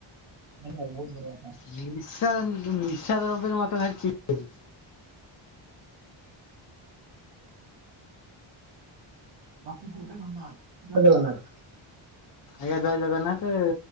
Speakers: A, on the right (about 65°); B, on the left (about 40°).
A: ବହୁ ବଢିଆ। କଥା।
B: ନିଶା ନିଶା ଦ୍ରବ୍ୟ ମତେ ଭାରି ଚି
A: ବା ଧନ୍ୟବାଦ ଜଗନ୍ନାଥ।
B: ଆଜ୍ଞା ଜୟ ଜଗନ୍ନାଥ ଏ